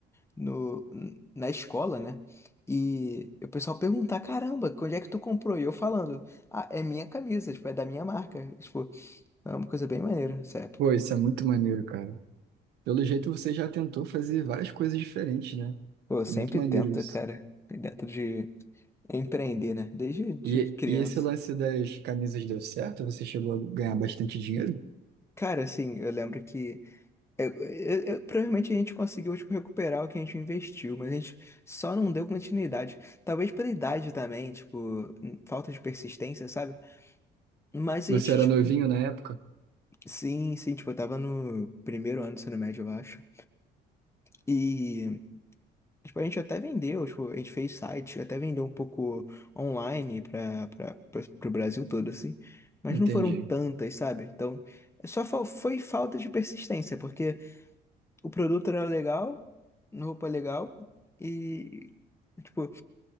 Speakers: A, on the left; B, on the right.
A: no, na escola, né? E o pessoal perguntar, caramba, onde é que tu comprou? E eu falando, ah, é minha camisa, tipo, é da minha marca. Tipo, é uma coisa bem maneira essa época.
B: Pô, isso é muito maneiro, cara. Pelo jeito você já tentou fazer várias coisas diferentes, né?
A: Pô, eu sempre
B: Muito maneiro
A: tento,
B: isso.
A: cara, dentro de empreender, né? Desde de
B: E,
A: criança.
B: e esse lance das camisas deu certo? Você chegou a ganhar bastante dinheiro?
A: Cara, assim, eu lembro que eu- eu- eu- provavelmente a gente conseguiu, tipo, recuperar o que a gente investiu, mas a gente só não deu continuidade. Talvez pela idade também, tipo, falta de persistência, sabe? Mas
B: Você
A: a gente,
B: era
A: tipo,
B: novinho na época?
A: sim, sim, tipo, eu tava no primeiro ano do ensino médio, eu acho. e Tipo, a gente até vendeu, tipo, a gente fez site, até vendeu um pouco online para para o Brasil todo, assim. Mas
B: Entendi.
A: não foram tantas, sabe? Então, é só fal- foi falta de persistência, porque o produto era legal, roupa legal, e, tipo,